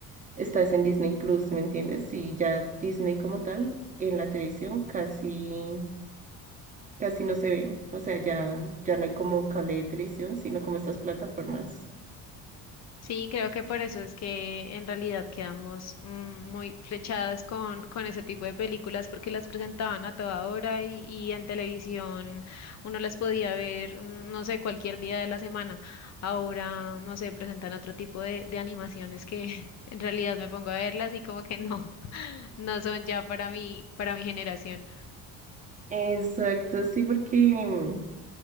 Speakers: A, on the right; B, on the left.
A: estás en Disney Plus, ¿me entiendes? Y ya Disney como tal en la televisión casi casi no se ve, o sea, ya ya no hay como cable de televisión, sino como estas plataformas.
B: Sí, creo que por eso es que en realidad quedamos mm, muy flechadas con, con ese tipo de películas porque las presentaban a toda hora y, y en televisión uno las podía ver, mm, no sé, cualquier día de la semana. Ahora, no sé, presentan otro tipo de, de animaciones que <laughs> en realidad me pongo a verlas y como que no, <laughs> no son ya para mí, para mi generación.
A: Exacto, sí, porque mm,